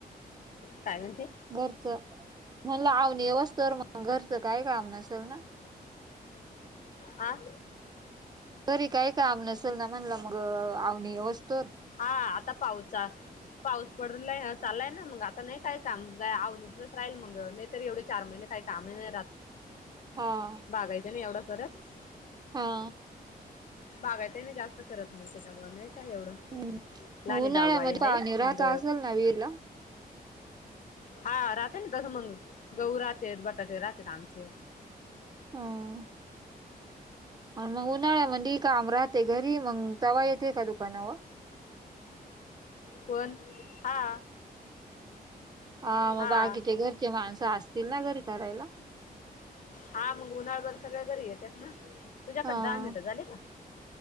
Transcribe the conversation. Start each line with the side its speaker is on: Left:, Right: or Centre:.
Left: काय म्हणती?
Right: घरचं, म्हणलं आवनी येवच तवर मग घरचं काय काम नसेल ना?
Left: आ?
Right: घरी काय काम नसल ना म्हणलं मग आवनी येवोस्टवर?
Left: हा आता पाहुचा. पाऊस पडून लय चालाय ना मग आता नाही काय काम आवणीचच राहील मग तरी एवढे चार महिने काही कामही नाही रात.
Right: हा
Left: बगायचं नाही एवढं करत <unintelligible>
Right: हा
Left: बगायचय नाही जास्त करत मग त्याचमुळं नाही काय एवढं.
Right: हम्म
Left: लहानी
Right: उन्हाळ्यामध्ये
Left: जाऊबाई आहे
Right: पाणी
Left: मग
Right: राहता असेल ना विहिरीला?
Left: हा राहते ना तस मग गहू राहते बटाटे राहते आमचे.
Right: ह आन उन्हाळ्यामध्ये काम राहते घरी मग तवा येते का दुकानावर?
Left: कोण? हा.
Right: अ
Left: हा
Right: मग बाकीचे घरचे माणसं असतील ना घरी करायला?
Left: हा मग उन्हाळभर सगळे घरी येतात ना तुझ्याकडे
Right: हा.
Left: दहा मिनिटं झाली का?